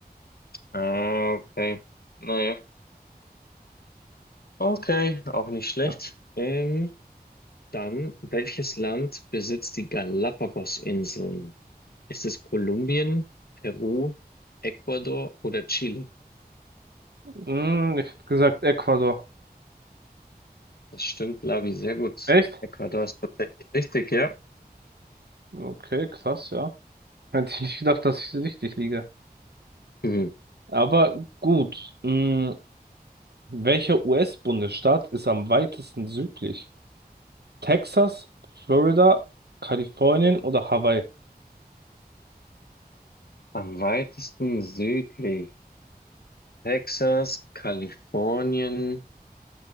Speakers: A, on the left; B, on the right.
A: Ah, okay. Naja. Okay, auch nicht schlecht.
B: Ja.
A: Ähm, dann, welches Land besitzt die Galapagos-Inseln? Ist es Kolumbien, Peru, Ecuador oder Chile?
B: Hm, ich hätte gesagt Ecuador.
A: Das stimmt, Lavi, sehr gut.
B: Echt?
A: Ecuador ist tatsächlich richtig, ja.
B: Okay, krass, ja. Hätte ich nicht gedacht, dass ich richtig liege.
A: Hm.
B: Aber gut. Hm, welcher US-Bundesstaat ist am weitesten südlich? Texas, Florida, Kalifornien oder Hawaii?
A: Am weitesten südlich. Texas, Kalifornien,